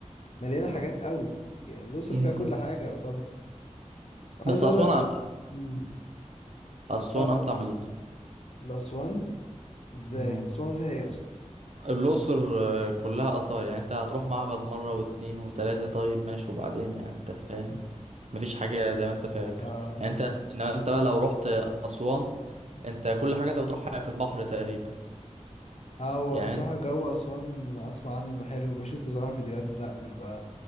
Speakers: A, on the left; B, on the right.
A: مليانة حاجات قوي يعني الاقصر
B: مم.
A: فيها كل حاجة يعتبر
B: بس
A: عايز اقول
B: اسوان
A: لك
B: امتع
A: مم.
B: اسوان
A: أ-
B: امتع من الاقصر
A: الاسوان ازاي
B: مم.
A: اسوان فيها ايه اصلا
B: الاقصر آه، كلها اثار يعني انت هتروح معبد مره واتنين وتلاته طيب ماشي وبعدين يعني انت فاهم مفيش حاجه زي ما انت فاكر
A: اه
B: يعني انت انما انت بقى لو رحت اسوان انت كل حاجه انت بتروحها في البحر تقريبا
A: اه هو
B: يعني
A: بصراحة
B: انت
A: جو أسوان أسمع عنه إنه حلو بشوف بصراحة فيديوهات لأ بيبقى